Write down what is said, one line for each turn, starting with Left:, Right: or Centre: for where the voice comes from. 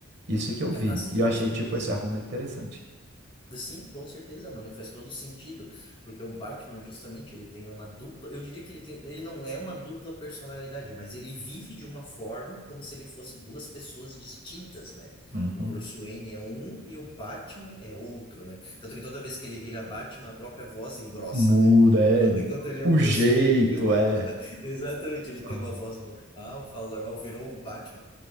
Right: Isso que eu
Left: É,
Right: vi.
Left: Assim,
Right: E eu
Left: com
Right: achei,
Left: certeza.
Right: tipo, esse
Left: né?
Right: argumento interessante.
Left: Sim, com certeza, mano, e faz todo sentido, porque o Batman justamente, ele tem uma dupla, eu diria que ele tem, ele não é uma dupla personalidade, mas ele vive de uma forma como se ele fosse duas pessoas distintas, né?
Right: Uhum.
Left: O Bruce Wayne é um e o Batman é outro, né? Tanto que toda vez que ele vira Batman, a própria voz engrossa,
Right: Muda,
Left: né?
Right: é.
Left: Enquanto, enquanto ele é
Right: O
Left: o Bruce
Right: jeito
Left: Wayne, ele tem uma
Right: é.
Left: voz, <laughs> exatamente, ele
Right: Ah.
Left: tem uma voz normal, fala normal, virou o Batman.